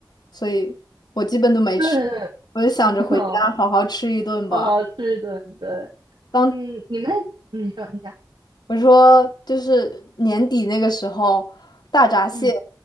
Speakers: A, on the left; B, on the right.
A: 所以我基本都没吃。
B: 对对对，
A: 我就想着回家好好吃一顿吧。
B: <laughs> 好好好吃一顿，对，
A: 当
B: 嗯，你们那，嗯你说你讲，
A: 我说就是年底那个时候，大闸蟹
B: 嗯